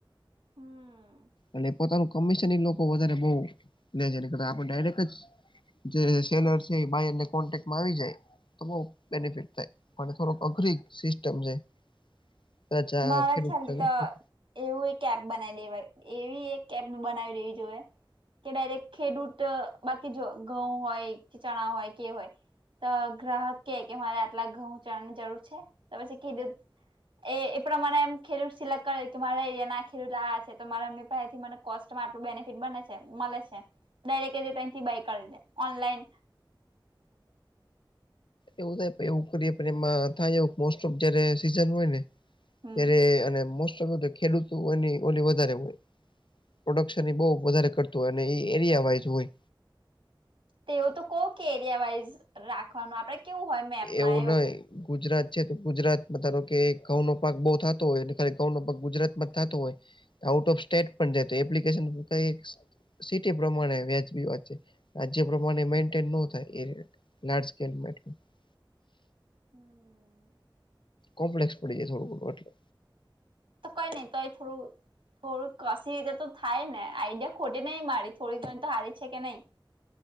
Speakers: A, on the right; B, on the left.
A: હમ
B: એટલે પોતાનું કમિશન લોકો વધારે બહુ લે છે આપડે ડાયરેક્ટ જ જે સેલર છે એ બાયરના કોન્ટેકમાં આવી જાય. તો બઉ બેનિફિટ થાય પણ થોડક અઘરી સિસ્ટમ છે. <unintelligible>
A: મારા
B: ખેડૂત
A: ખ્યાલથી
B: <unintelligible>
A: તો એવું એક એપ બનાવી દેવાય એવી એક એપ બનાવી લેવી જોઈએ કે ડાયરેક્ટ ખેડૂત બાકી જો ઘઉં હોય ચણા હોય કે હોય તો ગ્રાહક કે કે મારે આટલા ઘઉં ચણાની જરૂર છે તો પછી ખેડૂત એ પ્રમાણે એમ ખેડૂત સિલેક્ટ કરે કે મારા એરિયાના ખેડૂત આ છે તો મારા એમની પાહેથી મને કોસ્ટ માં આટલું બેનિફિટ બને છે મળે છે <unintelligible> બાઈ કર લે ઓનલાઇન
B: એવું થાય એવું કરીએ પણ એમાં થાય મોસ્ટ ઓફ જયારે સીઝન હોય ને
A: હમ
B: ત્યારે અને મોસ્ટ ઓફ ખેડૂતો એની ઓલી વધારે હોય. પ્રોડક્શન એ બહ વધારે કરતું હોય અને એ એરિયા વાઈઝ હોય.
A: તેવું તો કો કે એરિયા વાઈઝ રાખવાનું આપડે કેવું હોય મેપમાં
B: એવું નહી ગુજરાત છે તો ગુજરાત ધારોકે ઘઉં નો પાક બઉુ થતો હોય ખાલી ઘઉં નો પાક ગુજરાતમાં જ થતો હોય આઉટ ઓફ સ્ટેટ પણ જાતું હોય એપ્લિકેશન કઈ સિટી પ્રમાણે વ્યાજબી વાત છે રાજ્ય પ્રમાણે મેન્ટેન ન થાય એ લાર્જ સ્કેલ <unintelligible>
A: હમ
B: કોમ્પ્લેસ પડી જાય થોડો એટલે
A: તો કઈ નહી તોય થોડું થોડું કસીટ તો થાયને આઈડિયા ખોટે નય મારી થોડી ઘણી તો હારી છે કે નહી